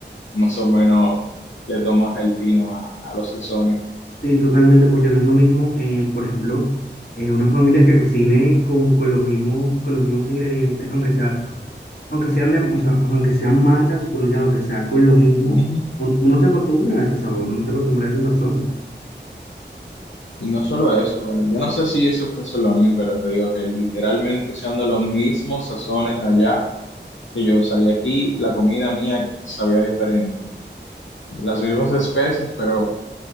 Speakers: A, on the left; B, on the left.
A: más o menos le tomas el tino a, a los sazones.
B: Sí, totalmente, porque no es lo mismo, eh, por ejemplo, eh, unas familias que cocinen con, con los mismos, con los mismos ingredientes, aunque sea, aunque sean de, o sea, o sea, aunque sean marcas del supermercado, aunque sea con lo mismo,
A: Ujú.
B: un- uno se acostumbra a ese sabor, uno se acostumbra a ese sazón.
A: Y no solo eso, bueno, yo no sé si eso fue solo a mí, pero te digo que literalmente usando los mismos sazones allá que yo usaría aquí, la comida mía sabía diferente. Las mismas especias pero